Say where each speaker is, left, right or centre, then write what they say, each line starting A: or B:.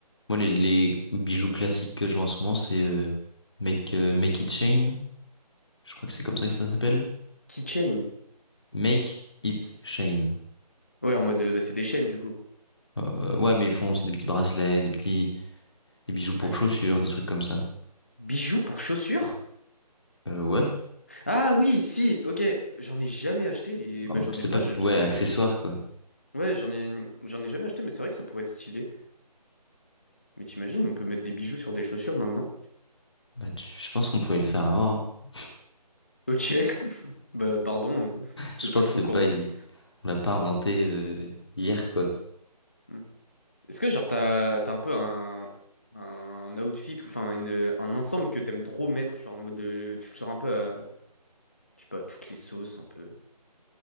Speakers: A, on the left; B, on the left.
A: Moi, les, les bijoux classiques que je vois en ce moment, c'est euh, Make, euh, Make It Chain. Je crois que c'est comme ça que ça s'appelle.
B: Keychain.
A: Make It Chain.
B: Ouais, en mode, euh, bah, c'est des chaînes, du coup.
A: Euh, ouais, mais ils font aussi des petits bracelets, des petits des bijoux pour
B: Ah, j'ai
A: chaussures,
B: un-
A: des trucs comme ça.
B: Bijoux pour chaussures?
A: Euh, ouais.
B: Ah oui, si, ok. J'en ai jamais acheté et bah,
A: Hum,
B: j'en
A: C'est
B: ai pas
A: pas,
B: je- sur
A: ouais,
B: mes
A: accessoire,
B: paires.
A: quoi.
B: Ouais, j'en ai, j'en ai jamais acheté, mais c'est vrai que ça pourrait être stylé. Mais t'imagines, on peut mettre des bijoux sur des chaussures maintenant?
A: Bah, tu- je pense qu'on pouvait le faire avant. hein.
B: Ok, <laughs> bah pardon euh,
A: Je
B: de pas
A: pense
B: être
A: que c'est
B: au courant
A: pas
B: de
A: une,
B: tout.
A: on l'a pas inventé euh, hier, quoi.
B: Mm. Est-ce que genre t'as, t'as un peu un, un outfit ou enfin une, un ensemble que t'aimes trop mettre, genre en mode de, tu le sors un peu à, je sais pas, toutes les sauces un peu.